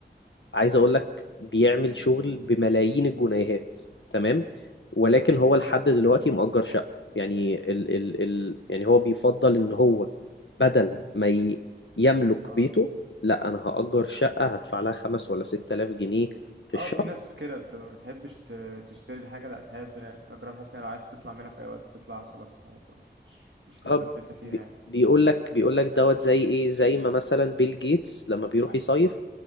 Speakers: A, on the left (about 85°); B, on the right (about 80°).
A: عايز اقول لك بيعمل شغل بملايين الجنيهات تمام ولكن هو لحد دلوقتي مؤجر شقة يعني ال ال ال يعني هو بيفضل ان هو بدل ما ي- يملك
B: اه
A: بيته لا انا هأجر شقة هدفع لها خمس ولا ست آلاف جنيه في الشهر
B: اه في ناس كده بتبقى ما بتحبش ت- تشتري الحاجه لا تحب انها تجرب بحيث ان لو عايز تطلع منها في اي وقت تطلع خلاص يعني تبقى مش مش متلبسه
A: اه بي-
B: فيها
A: بيقول لك بيقول لك دوت زي ايه زي ما مثلا بيل جيتس لما بيروح يصيف